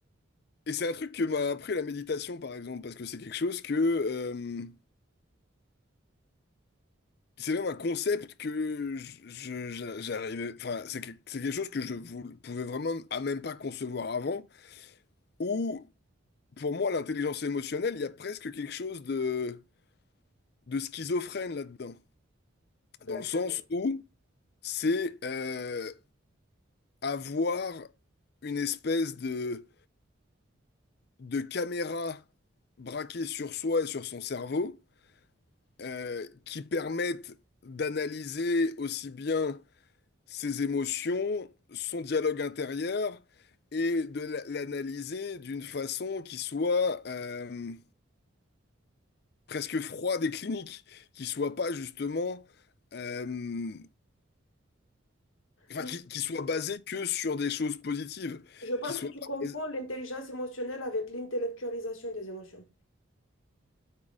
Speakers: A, on the left; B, on the left.
A: Et c'est un truc que m'a appris la méditation, par exemple, parce que c'est quelque chose que... euh, c'est même un concept que je, je- j'a- j'arrivais... Enfin, c'est que- c'est quelque chose que je vou- pouvais vraiment à même pas concevoir avant, où, pour moi, l'intelligence émotionnelle, il y a presque quelque chose de, de schizophrène là-dedans. Dans
B: Laquelle-
A: le sens où c'est euh, avoir une espèce de, de caméra braquée sur soi et sur son cerveau, euh, qui permettent d'analyser aussi bien ses émotions, son dialogue intérieur, et de la- l'analyser d'une façon qui soit euh, presque froide et clinique, qui soit pas justement, euh, enfin,
B: Mm.
A: qui, qui soit basée que sur des choses positives,
B: Je pense
A: qui soit
B: que tu
A: pas
B: confonds
A: basée-
B: l'intelligence émotionnelle avec l'intellectualisation des émotions.